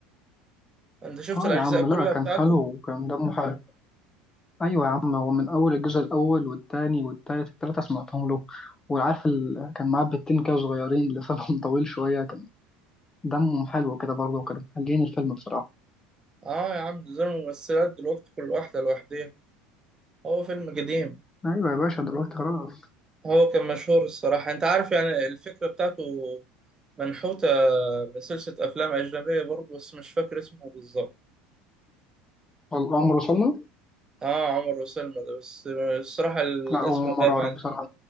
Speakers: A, on the right; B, on the left.
A: أنت شفت
B: اه
A: الأجزاء
B: يا عم
A: كلها
B: لا
A: بتاعته؟
B: كان حلو وكان دمه حلو ايوه يا عم هو من اول الجزء الاول والتاني والتالت التلاته سمعتهم له وعارف ال... كان معاه بنتين كده صغيرين لسانهم <laughs> طويل شويه كان دمهم حلو كده برضه وكانوا محلين الفيلم بصراحه
A: آه يا عم ده زي الممثلات دلوقتي كل واحدة لوحديها هو فيلم قديم
B: ايوه يا باشا دلوقتي خلاص
A: هو كان مشهور الصراحة أنت عارف يعني الفكرة بتاعته منحوتة من سلسلة أفلام أجنبية برضه بس مش فاكر اسمه بالظبط
B: والامر وصلنا
A: اه عمر وسلمى ده بس الصراحة الاسم
B: لا هو
A: غايب
B: مرة اعرف
A: عني
B: بصراحه